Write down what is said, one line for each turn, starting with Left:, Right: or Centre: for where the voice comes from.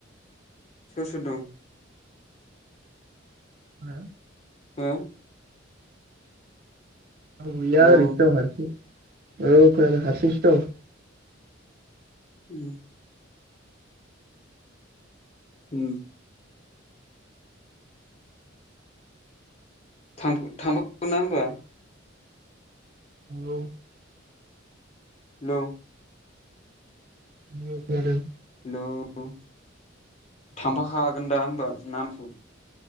Left: सोर सोर दं?
Right: हो
Left: हो
Right: <inaudible> <inaudible> रावबो गैया
Left: हेलौ
Right: आरैनोसो दं हारसिं। औ फोर हारसिंसो दं,
Left: उम उम थां बो थां गोनना होमबा?
Right: औ
Left: हेलौ
Right: <unintelligible> खोनांदों,
Left: हेलौ थांफाखागोन दा होनबा नामखौ